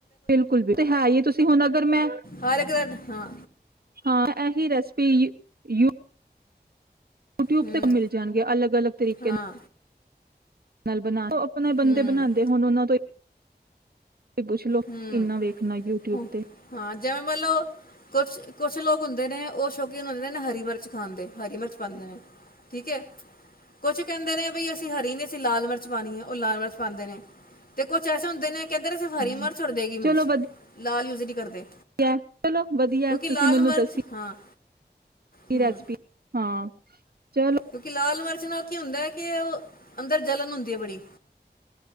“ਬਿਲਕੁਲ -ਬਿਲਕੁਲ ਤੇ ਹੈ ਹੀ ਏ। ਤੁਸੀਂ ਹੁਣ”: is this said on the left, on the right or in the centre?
Right